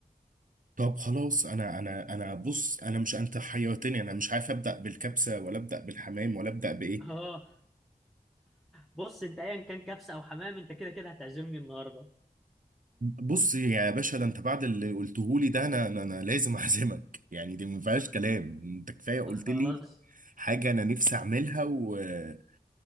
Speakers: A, on the right (about 60°); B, in the centre.
A: طب خلاص انا انا انا بص انا مش انت حيرتني انا مش عارف ابدا بالكبسه ولا ابدا بالحمام ولا ابدا بايه
B: <laughs> اه بص انت ايا كان كبسه او حمام انت كده كده هتعزمني النهارده
A: بص يا باشا ده انت بعد اللي قلته لي ده انا انا أنا لازم اعزمك يعني دي ما فيهاش
B: يلا.
A: كلام انت كفايه قلت
B: خلاص
A: لي حاجه انا نفسي اعملها وانا